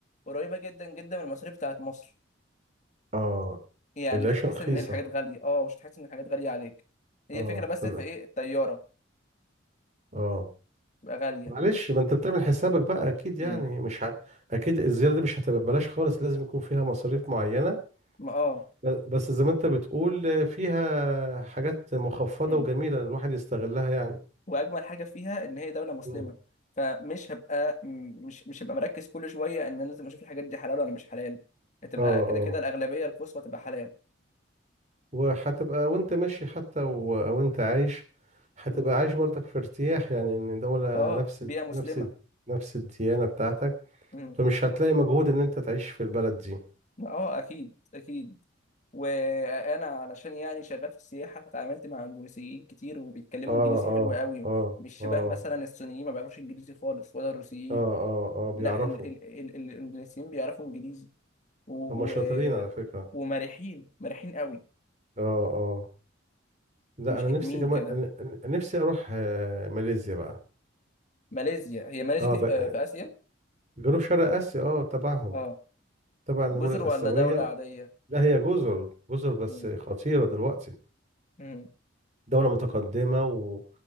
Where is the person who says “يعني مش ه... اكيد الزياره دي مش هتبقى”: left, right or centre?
Right